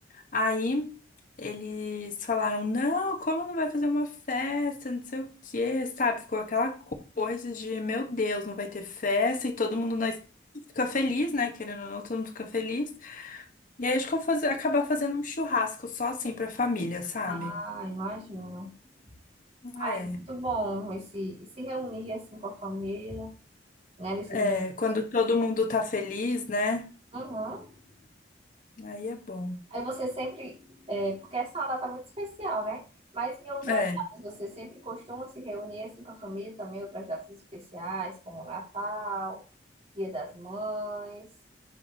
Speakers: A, on the left (about 50°); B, on the right (about 35°).
A: Aí eles falaram: não, como não vai fazer uma festa, não sei o quê, sabe? Ficou aquela co- coisa de: meu Deus, não vai ter festa e todo mundo nós fica feliz, né? Querendo ou não, todo mundo fica feliz. E aí a gente ficou faze- acabar fazendo um churrasco só assim pra família, sabe?
B: Ah, imagino. Ah,
A: É,
B: é muito bom esse se reunir assim com a família, né? Nesses
A: é,
B: momentos.
A: quando todo mundo tá feliz, né?
B: Uhum.
A: Aí é bom.
B: Aí você sempre, é, porque essa é uma data muito especial, né? Mas em outras
A: É,
B: datas, você sempre costuma se reunir assim com a família também, outras datas especiais, como Natal, Dia das Mães.